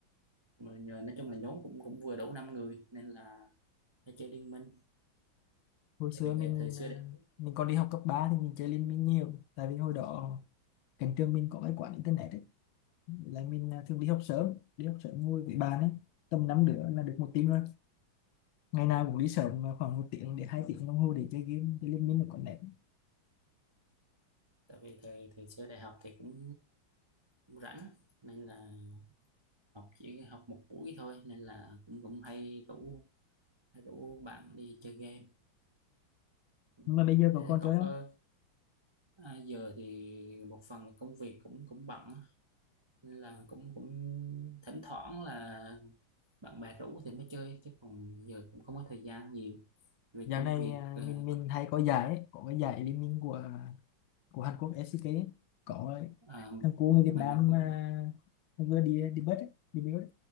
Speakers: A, on the right (about 40°); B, on the left (about 75°).
A: mà nhờ, nói chung là nhóm cũng cũng vừa đủ năm người nên là hay chơi liên minh
B: hồi xưa
A: tại vì
B: mình
A: ngày thời xưa
B: ờ,
A: đấy
B: mình còn đi học cấp 3 thì mình chơi Liên minh nhiều tại vì hồi đó cạnh trường mình có cái quán internet ấy là mình ờ, thường đi học sớm đi học sớm ngồi với bạn ấy tầm năm đứa là được một team rồi ngày nào
A: ừ,
B: cũng đi sớm mà khoảng một tiếng đến hai tiếng đồng hồ để chơi game chơi Liên minh là có nét
A: tại vì thời thời xưa đại học thì cũng rảnh nên là học chỉ học một buổi thôi nên là cũng cũng hay rủ hay rủ bạn đi chơi game Ừ.
B: nhưng mà bây giờ
A: thế,
B: cậu còn
A: thế cậu
B: chơi không
A: có à, giờ thì một phần là công việc cũng cũng bận Nên là cũng cũng thỉnh thoảng là bạn bè rủ thì mới chơi chứ còn giờ cũng không có thời gian nhiều vì
B: dạo
A: công
B: này
A: việc
B: à,
A: ờ,
B: mình mình hay có giải ấy, có cái giải liên minh của của Hàn Quốc SCK ấy. có
A: ờ,
B: thằng cu người Việt
A: mình
B: Nam
A: mình cũng
B: à, vừa đi đi bớt ấy, đi bớt ấy.